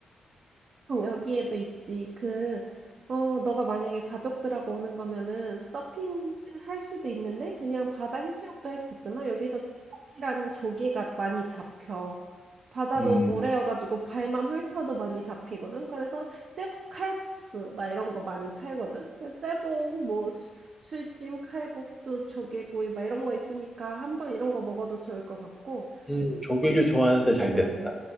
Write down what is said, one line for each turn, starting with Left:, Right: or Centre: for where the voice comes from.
Right: 응, 여기에도 있지. 그, 어, 너가 만약에 가족들하고 오는 거면은 서핑 할 수도 있는데 그냥 바다 해수욕도 할 수 있잖아. 여기서 쭈꾸기라는 조개가 많이 잡혀. 바다도
Centre: 음.
Right: 모래여가지고 발만 훑어도 많이 잡히거든. 그래서 제복 칼국수 막 이런 거 많이 팔거든. 그 제복 뭐 수- 술찜 칼국수 조개구이 막 이런 거 있으니까 한번 이런 거 먹어도 좋을 것 같고
Centre: 음, 조개를 좋아하는데
Right: 유명해.
Centre: 잘 됐다.